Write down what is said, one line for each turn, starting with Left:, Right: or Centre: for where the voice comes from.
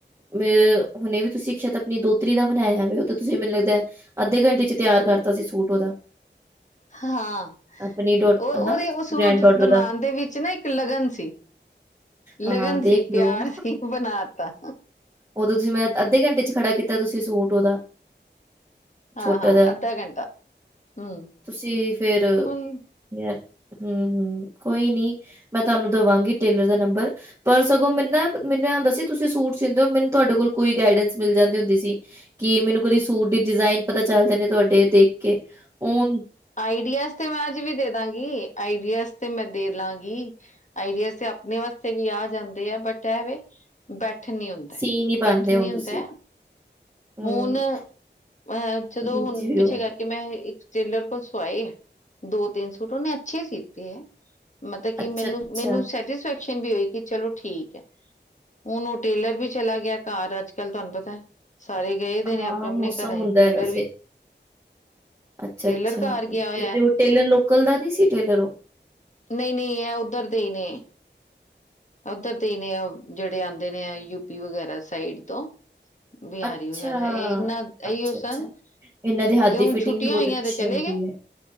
Right: ਮੈਂ, ਹੁਣੇੇ ਵੀ ਤੁਸੀਂ ਸ਼ਾਹਿਦ ਆਪਣੀ ਦੋਹਤਰੀ ਦਾ ਬਣਾਇਆ ਹੋਵੇ ਉਹ ਤਾਂ ਤੁਸੀਂ ਮੈਨੂੰ ਲੱਗਦਾ ਅੱਧੇ ਘੰਟੇ ਚ ਤਿਆਰ ਕਰਤਾ ਸੀ ਸੂਟ ਉਹਦਾ।
Left: ਹਾਂ
Right: ਆਪਣੀ ਡੋ
Left: ਉਹ ਉਹਦੇ
Right: ਹਨਾ
Left: ਉਹ ਸੂਟ
Right: ਗ੍ਰੈਂਡ ਡੌਟਰ
Left: ਬਣਾਣ
Right: ਦਾ
Left: ਦੇ ਵਿੱਚ ਨਾ ਲਗਨ ਸੀ। ਲਗਨ
Right: ਹਾਂ, ਦੇਖ
Left: ਸੀ ਪਿਆਰ
Right: ਲਓ
Left: ਸੀ ਬਣਾ ਤਾ
Right: ਉਦੋਂ ਤੁਸੀਂ ਮੈਂ ਅੱਧੇ ਘੰਟੇ ਚ ਖੜਾ ਕੀਤਾ ਤੁਸੀਂ ਸੂਟ ਉਹਦਾ।
Left: ਹਾਂ-
Right: ਛੋਟਾ
Left: ਹਾਂ
Right: ਜਿਹਾ,
Left: ਅੱਧਾ ਘੰਟਾ। ਹਮ
Right: ਤੁਸੀਂ ਫੇਰ
Left: ਹੁਣ
Right: ਯਾਰ ਹਮ-ਹਮ ਕੋਈ ਨੀ ਮੈਂ ਤੁਹਾਨੂੰ ਦੇਵਾਂਗੀ ਟੇਲਰ ਦਾ ਨੰਬਰ ਪਰ ਸਗੋਂ ਮੈਨੂੰ ਨਾ ਮੈਨੂੰ ਇਹ ਹੁੰਦਾ ਸੀ ਤੁਸੀਂ ਸੂਟ ਸੀਂਦੇ ਹੋ ਮੈਨੂੰ ਤੁਹਾਡੇ ਕੋਲੋ ਕੋਈ ਗਾਈਡੈਂਸ ਮਿਲ ਜਾਂਦੀ ਹੁੰਦੀ ਸੀ। ਕੀ ਮੈਨੂੰ ਕਦੀ ਸੂਟ ਦੀ ਡਿਜ਼ਾਇਨ ਪਤਾ ਚੱਲ ਜਾਂਦੇ ਤੁਹਾਡੇ ਦੇਖ ਕੇ ਉਹ।
Left: ਆਈਡੀਆਜ਼ ਤੇ ਮੈਂ ਅੱਜ ਵੀ ਦੇ ਦਵਾਂਗੀ ਆਈਡੀਆਜ਼ ਤੇ ਮੈਂ ਦੇ ਲਾਂਗੀ। ਆਈਡੀਆਜ਼ ਤੇ ਆਪਣੇ ਵਾਸਤੇ ਵੀ ਆ ਜਾਂਦੇ ਆ ਬਟ ਐਵੇ ਬੈਠਣ ਨੀ ਹੁੰਦਾ-ਬੈਠਣ
Right: ਸੀ ਨੀ ਪਾਂਦੇ ਹੁਣ
Left: ਨਹੀਂ
Right: ਤੁਸੀਂ।
Left: ਹੁੰਦਾ।
Right: ਹੂੰ,
Left: ਹੁਣ ਅਹ ਜਦੋਂ
Right: ਬਿਜੀ
Left: ਹੁਣ ਪਿੱਛੇ
Right: ਹੋ
Left: ਕਰ- ਕੇ ਮੈਂ ਇੱਕ ਟੇਲਰ ਕੋਲੋ ਸਵਾਏ ਹੈ ਦੋ-ਤਿੰਨ ਸੂਟ ਉਹਨੇ ਅੱਛੇ ਸੀਤੇ ਹੈ। ਮਤਲਬ ਕਿ
Right: ਅੱਛਾ-ਅੱਛਾ,
Left: ਮੈਨੂੰ-ਮੈਨੂੰ ਸਾਟਸਫੈਕਸ਼ ਸ਼ਨ ਵੀ ਹੋਈ ਕਿ ਚਲੋ ਠੀਕ ਕੇ ਹੁਣ ਉਹ ਟੇਲਰ ਵੀ ਚਲਾ ਗਿਆ ਘਰ ਅੱਜ-ਕੱਲ੍ਹ ਤੁਹਾਨੂੰ ਪਤਾ। ਸਾਰੇ ਗਏ ਦੇ
Right: ਹਾਂ
Left: ਨੇ ਆਪਣੇ ਆਪਣੇ
Right: ਮੌਸਮ
Left: ਘਰਾਂ
Right: ਹੁੰਦਾ
Left: ਚ ਟੇਲਰ
Right: ਵੈਸੇ।
Left: ਵੀ
Right: ਅੱਛਾ-ਅੱਛਾ
Left: ਟੇਲਰ ਘਰ
Right: ਤੇ
Left: ਗਿਆ ਹੋਇਆ।
Right: ਜੋ ਟੇਲਰ ਲੋਕਲ ਦਾ ਨੀ ਸੀ ਟੇਲਰ ਉਹ
Left: ਨਹੀਂ-ਨਹੀਂ ਇਹ ਉੱਧਰ ਦੇ ਹੀ ਨੇ। ਉੱਧਰ ਦੇ ਹੀ ਨੇ ਜਿਹੜੇ ਆਉਂਦੇ ਨੇ ਆ ਯੂਪੀ ਵਗੈਰਾ ਸਾਈਡ ਤੋਂ। ਬਿਹਾਰੀ
Right: ਅੱਛਾ,
Left: ਵਗੈਰਾ ਇਹ ਇਨਾ ਇਹੀਓ
Right: ਅੱਛਾ-ਅੱਛਾ
Left: ਸਨ
Right: ਇਹਨਾਂ ਦੇ ਹੱਥ
Left: ਤੇ
Right: ਦੀ
Left: ਹੁਣ
Right: ਫਿਟਿੰਗ
Left: ਛੁੱਟੀਆਂ
Right: ਵੀ ਬਹੁਤ
Left: ਹੋਈਆਂ
Right: ਅੱਛੀ
Left: ਤੇ ਚਲੇ
Right: ਹੁੰਦੀ
Left: ਗਏ। <inaudible>
Right: ਹੈ,